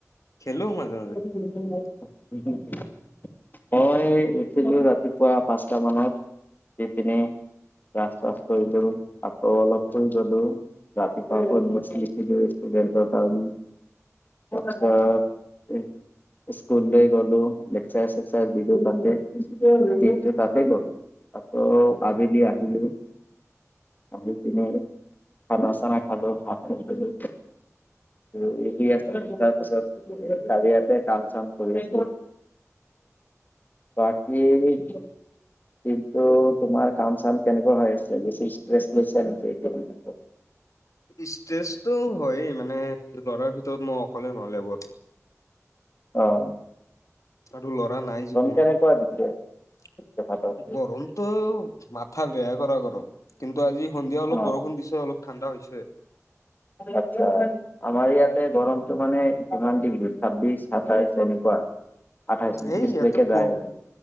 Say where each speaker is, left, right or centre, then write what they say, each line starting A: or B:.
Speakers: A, on the left; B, on the left.
A: খেলো মাজে মাজে।
B: <unintelligible> মই উঠিলোঁ ৰাতিপুৱা পাঁচটা মানত দি পিনে ব্ৰাছ-চাছ কৰিলোঁ আকৌ অলপ শুই গ'লো। ৰাতিপুৱা ফোন কৰিছিল এইখিনি ষ্টুডেটৰ কাৰণে। আচ্ছা উম। স্কুলে গ'লো লেকচাৰ-চেকচাৰ দি লৈ তাতে, দিনটো তাতে গ'ল। আকৌ আবেলি আহিলোঁ। আমি তেনেই খানা-ছানা খালোঁ, ভাত নাখালোঁ। <unintelligible> তাৰপিছত কালি ইয়াতে কাম-চাম কৰি বাকী দিনটো তোমাৰ কাম-চাম কেনেকুৱা হৈ আছে, বেছি ষ্ট্ৰেছ লৈছা নেকি তুমি?
A: ষ্টেজতটো হয় মানে ল'ৰাৰ ভিতৰত মই অকলে নলেবত।
B: অহ।
A: আৰু ল'ৰা নাই যিকোনো।
B: কেনেকুৱা দিছে যোৰহাটত?
A: গৰমতটো মাথা বেয়া কৰা গৰম কিন্তু আজি সন্ধিয়া অলপ
B: অ
A: বৰষুণ দিছে অলপ। ঠাণ্ডা হৈছে।
B: আচ্ছা। আমাৰ ইয়াতে গৰমতটো মানে ইমান ডিগ্ৰী ছাব্বিশ সাতাইশ এনেকুৱা। আঠাইশ ঊনত্ৰিশলৈকে
A: এই ইয়াত
B: যায়
A: ফ
B: আৰু